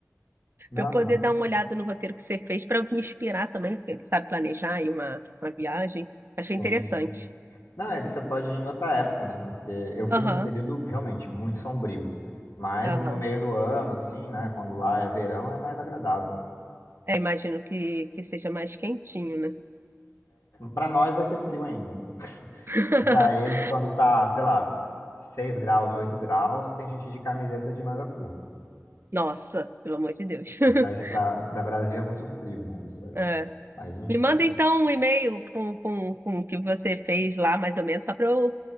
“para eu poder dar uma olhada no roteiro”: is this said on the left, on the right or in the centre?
Right